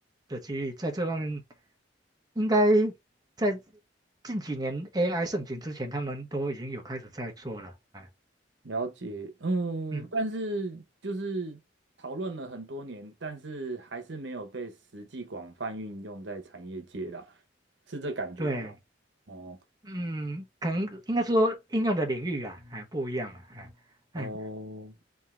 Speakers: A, on the right; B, on the right.
A: 的机遇，在这方面应该在近几年 AI 盛行之前，他们都已经有开始在做了。哎，
B: 了解，嗯，
A: 嗯，
B: 但是就是讨论了很多年，但是还是没有被实际广泛运用在产业界啦，是这感觉吧？
A: 对，
B: 哦
A: 嗯，可能应该说应用的领域啊，哎，不一样啊，哎，哎
B: 哦，